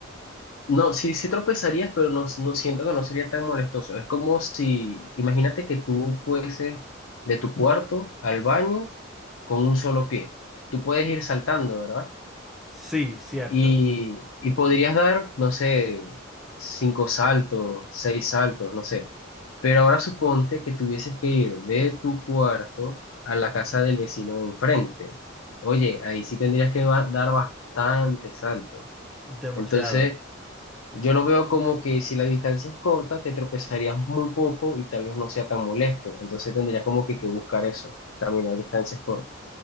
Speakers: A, on the left; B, in the centre.
A: No, sí, sí tropezarías, pero no, no siento que no sería tan molestoso. Es como si, imagínate que tú fueses de tu cuarto al baño con un solo pie. Tú puedes ir saltando, ¿verdad?
B: Sí, cierto,
A: Y, y podrías dar, no sé, cinco saltos, seis saltos, no sé. Pero ahora suponte que tuvieses que ir de tu cuarto a la casa del vecino de enfrente. Oye, ahí sí tendrías que va- dar bastantes saltos.
B: demasiado.
A: Entonces, yo lo veo como que si la distancia es corta, te tropezarías muy poco y tal vez no sea tan molesto. Entonces tendrías como que, que buscar eso, caminar distancias cortas.